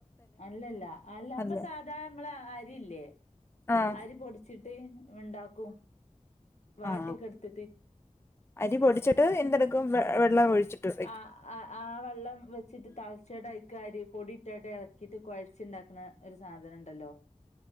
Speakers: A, on the left; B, on the left.
A: അല്ലല്ല അല്ല നമ്മള്
B: അല്ലേ
A: സാദാ നമ്മളെ അരിയില്ലേ
B: ആഹ്
A: അരി പൊടി ച്ചിട്ട് ഉണ്ടാക്കും വാട്ടിയൊക്കെ
B: ആഹ്
A: എടുത്തിട്ട്
B: അരി പൊടിച്ചിട്ട് എന്തെടുക്കും വ വെള്ളം ഒഴിച്ചിട്ട് വെക്കും
A: അഹ് ആഹ് വെള്ളം വെച്ചിട്ട് തിളച്ചിട്ട് അയ്ക്ക് അരിപ്പൊടി ഇട്ടാണ്ട് ഇളക്കിയിട്ട് കൊഴച്ചിട്ട് ഉണ്ടാക്കണ് ഒരു സാധനം ഉണ്ടല്ലോ